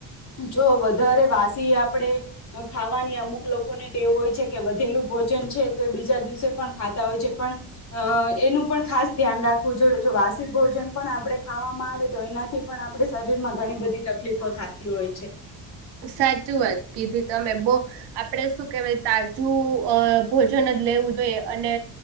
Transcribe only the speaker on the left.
જો વધારે વાસી આપડે ખાવાની અમુક લોકોને ટેવું હોય છે કે, વધેલું ભોજન છે, તે બીજું બીજ દિવસે પણ ખાતા હોય છે, પણ એનું પણ ખાસ ધ્યાન રાખવું જોઈએ, વાસી ભોજન પણ આપણે ખાવામાં આવે, તો એનાથી પણ આપે શરીર માં ઘણી બધી તકલીફો થતી હોય છે.